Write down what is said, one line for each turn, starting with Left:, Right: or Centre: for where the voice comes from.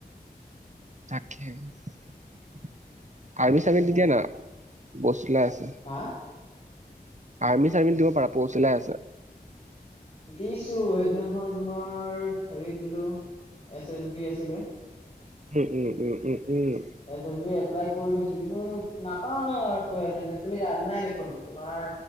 Right: তাকে, আৰ্মি চাৰ্মিতো দিয়া না, পোষ্ট উলাই আছে।
Left: হা?
Right: আৰ্মি চাৰ্মিত দিব পৰা পোষ্ট উলাই আছে।
Left: দিছো, সেইদিনাখন তোমাৰ হেৰিত দিলো, এছ এছ বি আছিলে।
Right: উম, উম, উম, উম, উম, উম।
Left: এছ এছ বি এপ্লাই কৰি থৈছো, কিন্তু নাপাওঁ ন আৰু তুমি য যানাই দেখোন তোমাৰ